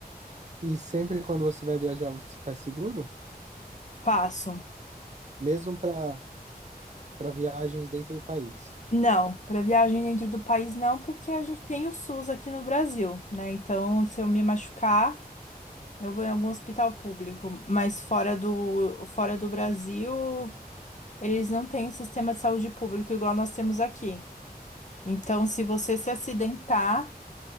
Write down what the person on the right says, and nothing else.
E sempre quando você vai viajar, você faz seguro?
Mesmo para para viagens dentro do país.